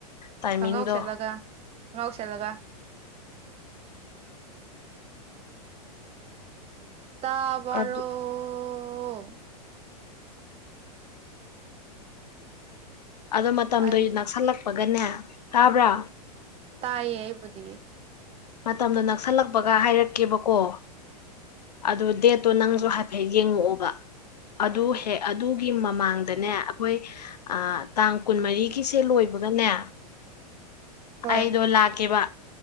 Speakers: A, on the left; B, on the right.
A: ꯇꯥꯏꯃꯤꯡꯗꯣ
B: ꯈꯣꯡꯒ꯭ꯔꯥꯎ ꯁꯦꯠꯂꯒ ꯈꯣꯡꯒ꯭ꯔꯥꯎ ꯁꯦꯠꯂꯒ ꯇꯥꯕꯔꯣ
A: ꯑꯗꯨ
B: ꯑꯣ
A: ꯑꯗꯣ ꯃꯇꯝꯗꯣ
B: ꯑꯩ
A: ꯅꯛꯁꯜꯂꯛꯄ ꯐꯒꯅꯦ ꯇꯥꯕ꯭ꯔꯥ
B: ꯇꯥꯏꯌꯦꯦꯕꯨꯗꯤ
A: ꯃꯇꯝꯗꯣ ꯅꯛꯁꯜꯂꯛꯄꯒ ꯍꯥꯏꯔꯛꯀꯦꯕꯀꯣ ꯑꯗꯨ ꯗꯦꯠꯇꯣ ꯅꯪꯁꯨ ꯍꯥꯏꯐꯦꯠ ꯌꯦꯡꯉꯛꯑꯣ ꯒꯤ ꯃꯃꯥꯡ ꯑꯗꯨꯅꯦ ꯑꯩꯈꯣꯏ ꯇꯥꯡ ꯀꯨꯟꯃꯔꯤꯒꯤꯁꯦ ꯂꯣꯏꯕꯒꯅꯦ
B: ꯍꯣꯏ
A: ꯑꯩꯗꯣ ꯂꯥꯛꯀꯦꯕ